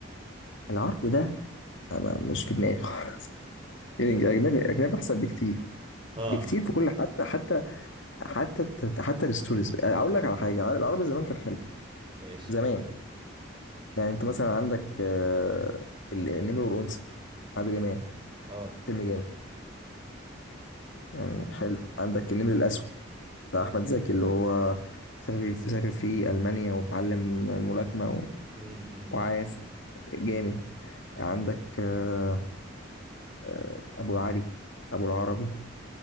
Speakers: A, on the left; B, on the right.
A: العربي ده أنا مش في دماغي خالص <laughs> الأجنبي الأجنبي الاجنبي أحسن بكتير
B: اه
A: بكتير في كل حتى حتى حتى حتى الستوريز أقول لك على حاجة العربي زمان كان حلو
B: ماشي
A: زمان يعني أنت مثلا عندك آه، النمر والأنثى عادل إمام
B: اه
A: فيلم جامد يعني حلو عندك النمر الأسود بتاع أحمد زكي اللي هو سافر سافر في ألمانيا وتعلم الملاكمة
B: امم
A: وعايز جامد عندك آه، آه، ابو العري ابو العربي